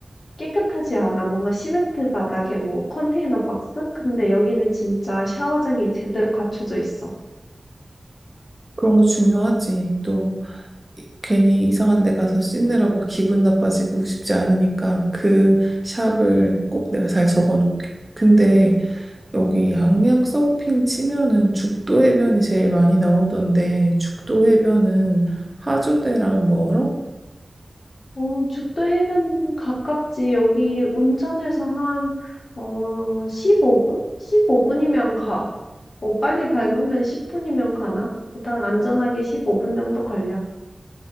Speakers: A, on the left; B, on the right.
A: 깨끗하지 않아. 뭔가 시멘트 바닥에 뭐 컨테이너 박스? 근데 여기는 진짜 샤워장이 제대로 갖춰져 있어.
B: 그런 거 중요하지. 또 이- 괜히 이상한 데 가서 씻느라고 기분 나빠지고 싶지 않으니까 그 샵을 꼭 내가 잘 적어놓을게. 근데 여기 양양 서핑 치면은 죽도 해변이 제일 많이 나오던데 죽도 해변은 하조대랑 멀어?
A: 어 죽도 해변 가깝지. 여기 운전해서 한 어 15 분? 15 분이면 가. 어 빨리 밟으면 10 분이면 가나? 일단 안전하게 15분 정도 걸려.